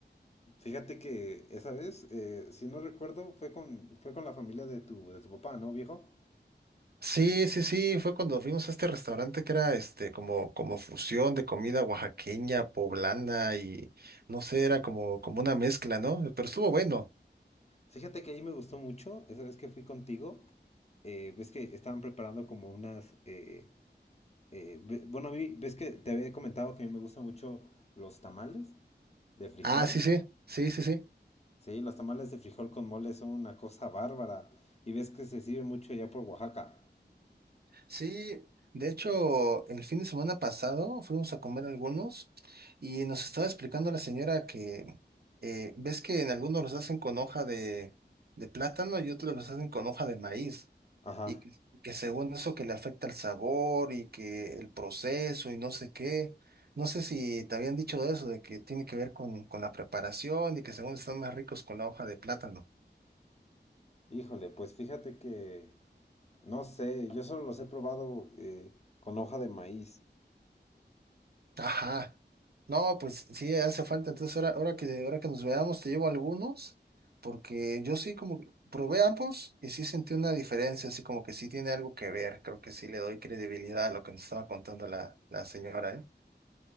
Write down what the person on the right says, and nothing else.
Sí, sí, sí, fue cuando fuimos a este restaurante que era este como, como fusión de comida oaxaqueña, poblana y no sé, era como, como una mezcla, ¿no? Pero estuvo bueno.
Ah, sí, sí, sí, sí, sí.
Sí, de hecho, el fin de semana pasado fuimos a comer algunos y nos estaba explicando la señora que eh, ves que en algunos los hacen con hoja de, de plátano y otros los hacen con hoja de maíz
y que, que según eso que le afecta el sabor y que el proceso y no sé qué. No sé si te habían dicho eso, de que tiene que ver con, con la preparación y que según están más ricos con la hoja de plátano.
Ajá. No, pues sí, hace falta. Entonces, ahora, ahora que, ahora que nos veamos, te llevo algunos, porque yo sí como que probé ambos y sí sentí una diferencia, así como que sí tiene algo que ver. Creo que sí le doy credibilidad a lo que nos estaba contando la, la señora, ¿eh?